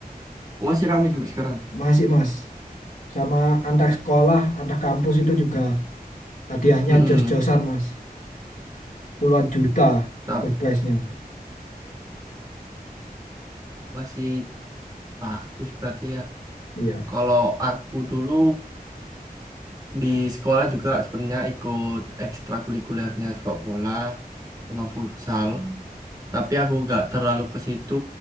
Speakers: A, on the right (about 25°); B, on the left (about 55°).
A: Oh, masih ramai sampai sekarang.
B: masih mas sama antar sekolah antar kampus itu juga hadiahnya
A: Mm-mm.
B: jos-josan mas puluhan juta
A: Tapi
B: surprise-nya
A: masih bagus berarti ya.
B: iya
A: Kalau aku dulu di sekolah juga sebenarnya ikut ekstrakurikulernya sepak bola sama futsal. Tapi aku nggak terlalu ke situ